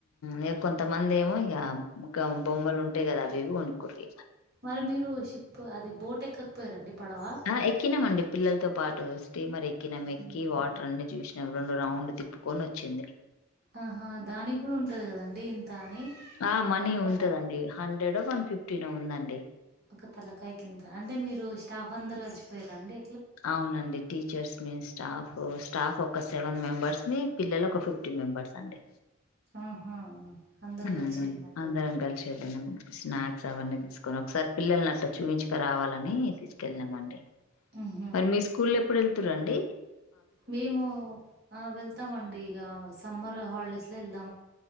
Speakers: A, on the left; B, on the right.
A: ఇక కొంతమంది ఏమో ఇగ బొమ్మలు ఉంటాయి కదా అవి ఇవి కొనుకురి.
B: మరి మీరు షిప్ అది బోట్ ఎక్కకపోయారండి. పడవ
A: ఆ ఎక్కి మండి పిల్లలతో పాటు స్టీమర్ ఎక్ క్కినం ఎక్కి
B: ఉమ్
A: వాటర్ అన్ని చూసి రెండు రౌండ్ తిప్పుకొని వచ్చింది.
B: ఆహా దానికి కూడా ఉంటది కదండి. ఇంత అని
A: ఆ మనీ
B: ఒక
A: ఉంటదండి
B: తలకాయ్
A: హండ్రెడ్ ఒ వన్ ఫిఫ్ పుట్టిన ఉందండి
B: పక్కతలకాయకిింద అంటే మీరు స్టాఫ్ అందరు కలిసిపో రండి
A: అవునండి టీచర్స్ మీన్ స్టాఫ్ స్టాఫ్ ఒక సెవెన్ మెంబర్స్ ని. పిల్లలు ఒక ఫిఫ్టీ మెంబెర్స్ అండి.
B: ఆహా అందరు
A: ఉమ్
B: కలిసి వెళ్ళినట్టుంది
A: అందరం కలిసి చేద్దనం స్నాక్స్ ఒకే అవన్నీ తీసుకొని ఒకసారి పిల్లలని అట్ల చూపించక రావాలి. ని తీకెళ్ళమండి.
B: ఉహు
A: మరి మీ స్కూల్ ఎప్పుడు వెల్ తురండి.
B: మేమూ ఆ వెళ్తామండి ఇగా స్ సమ్మర్ హాలిడేస్ లో ఎల్